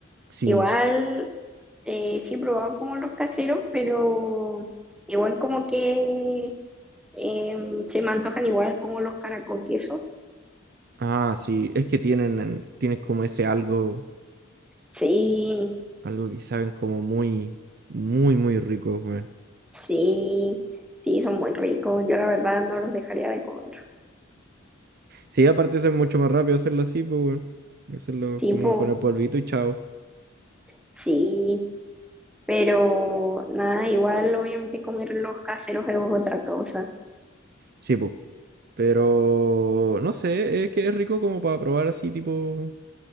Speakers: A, on the right; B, in the centre.
A: Sí.
B: Igual, eh, sí he probado como los caseros, pero igual como que em, se me antojan igual como los caracol queso.
A: Ah, sí, es que tienen, en- tienen como ese algo,
B: Sí,
A: algo que saben como muy, muy, muy rico, weón.
B: Sí, sí, son muy ricos. Yo la verdad no los dejaría de comer.
A: Sí, aparte eso es mucho más rápido hacerlo así, pues, weón. Hacerlo
B: Sí,
A: como
B: po,
A: con el polvito y chao.
B: sí, pero nada, igual obviamente comer los caseros es otra cosa.
A: Sí, pues. Pero, no sé, es que es rico como para probar así, tipo,